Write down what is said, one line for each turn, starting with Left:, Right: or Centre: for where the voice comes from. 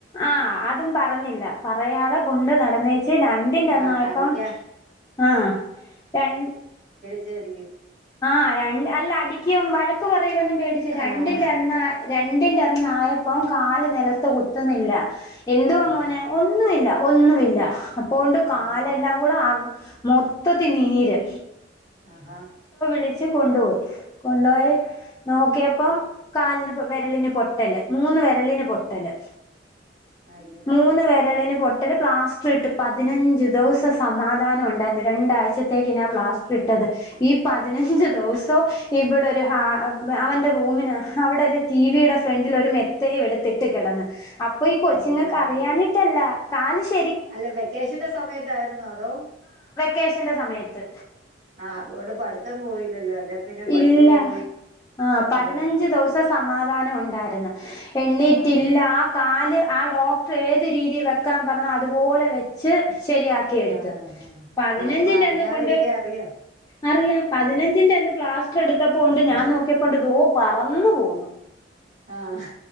Left: ആഹ അതും പറഞ്ഞില്ല പറയാതെ കൊണ്ട് നടന്നേച്ച് രണ്ടിന്റെന്ന്
Right: ആഹ് കളിക്കാ
Left: പ്പം ആ രൺ
Right: ച്ചേരിക്കും
Left: ആഹ -രൺ അല്ല അടിക്കും വഴക്ക് പറയും പേടിച് രണ്ടിന്റെ
Right: ആഹ്
Left: അന്ന രണ്ടിന്റെന്നായപ്പം കാല് നെലത്ത് കുത്തുന്നില്ല എന്തുവാ
Right: ആഹാ
Left: മോനെ ഒന്നുഇല്ല ഒന്നുവില്ല പ്പോണ്ട് കാലെല്ലാം
Right: ആഹാ
Left: കൂടെ ആ മൊത്തത്തി നീര്
Right: ആഹ-ഹ
Left: വിളച്ച് കൊണ്ടുപോയി കൊണ്ടോയി നോക്യപ്പം കാലിന് പൊ വെരലിന് പൊട്ട് ല് മൂന്ന് വെരളീന് പൊട്ടല്
Right: അയ്യോടാ
Left: മൂന്ന് വെരളിന് പൊ ട്ടത് പ്ലാസ് ട്ട് പതിനഞ്ച് ദെവസം സമാധാനം ണ്ടാ രണ്ടാഴ്ച ത്തേക്കിന പ്ലാസ്റ്റർ ഇട്ടത് ഈ- പതിനഞ്ച് ദെവൊ സോ ഇവിടെ ഒരു ഹ അവന്റെ റൂമിന് അവിടെ ഒരു ടിവിയുടെ ഫ്രണ്ടിൽ ഒരു മെത്തയും എടുത്തിട്ട് കെടന്ന് അപ്പൊ ഈ കൊച്ചിങ്ങക്ക്
Right: ആഹ്
Left: അറിയാനിട്ടല്ല കാലിഷ്
Right: അല്ല വെക്കേഷന്റെ സമയത്തായിരുന്നോ അതോ
Left: കേഷന്റെ സമയത്ത്
Right: ആഹ് അതുകൊണ്ട് പഠിത്തം പോയില്ലല്ലോ അല്ലെ പിന്നെ പഠിത്തവും
Left: ഇല്ല
Right: പോയി
Left: ആ പതിനഞ്ച്
Right: ആഹ്
Left: ദിവസം സമാധ ധാനം ഉണ്ടാര്ന്ന്- എണ്ണീറ്റില്ല
Right: ആഹ്
Left: ആ കാല്- ആ ഡോക്ടർ ഏത് രീതിൽ വെക്കാൻ പറഞ്ഞാ അതുപോലെ വെച്ച് ശരിയാക്കിയ എടുത്ത്
Right: ആഹ്
Left: പതിനഞ്ചിന്റെ
Right: ആഹ് അപ്പൊ അനങ്ങാതിരിക്കാൻ
Left: അന്ന് കൊണ്ട്
Right: അറിയാം
Left: അറിയാം പതിനഞ്ചിന്റെ അന്ന് പ്ലാസ്റ്റ്റ്എടുത്ത ണ്ട് ഞാൻ നോക്കിയപ്പോണ്ട് ദോ പറന്നു പോവുന്നു-
Right: ആഹ്